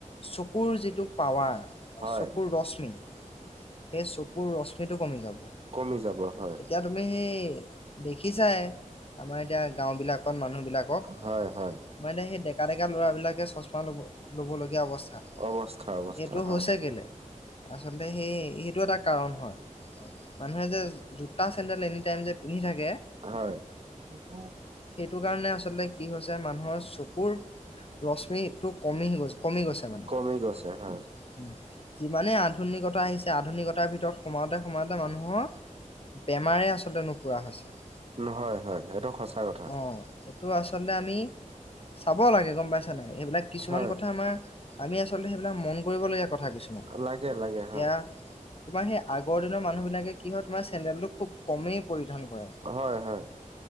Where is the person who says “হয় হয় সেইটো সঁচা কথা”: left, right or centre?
Right